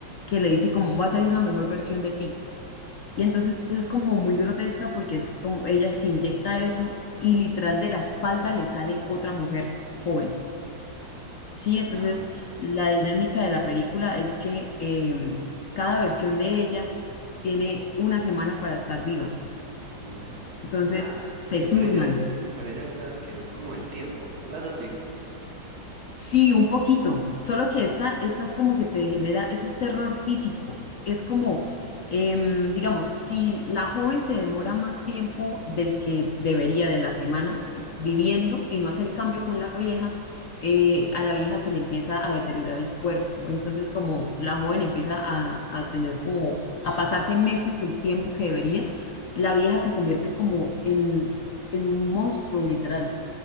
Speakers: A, on the left; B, on the right.
A: que le dice como va a salir una mejor versión de ti. Y entonces es como muy grotesca porque es como ella se inyecta eso y literal de la espalda le sale otra mujer joven. Sí, entonces
B: Una,
A: la dinámica de la película es que em, cada versión de ella tiene una semana para estar viva.
B: una semana.
A: Entonces
B: Ah,
A: se
B: se parece
A: turnan.
B: a, se parece a estas que son como el tiempo. ¿Las has visto?
A: Sí, un poquito. Solo que esta, esta es como que te genera, eso es terror físico. Es como, em, digamos, si la joven se demora más tiempo del que debería de la semana viviendo y no hace el cambio con la vieja, eh, a la vieja se le empieza a deteriorar el cuerpo. Entonces, como la joven empieza a, a tener como,
B: Uy,
A: a pasarse meses del tiempo que debería, la vieja se convierte como en, en un monstruo literal.